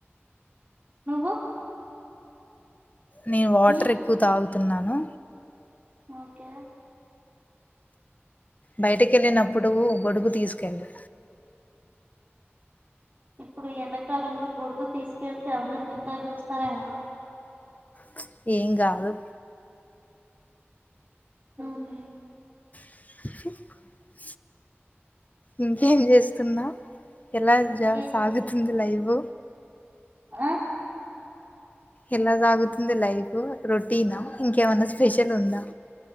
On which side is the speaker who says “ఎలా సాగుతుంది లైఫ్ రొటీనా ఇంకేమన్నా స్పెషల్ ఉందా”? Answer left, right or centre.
Left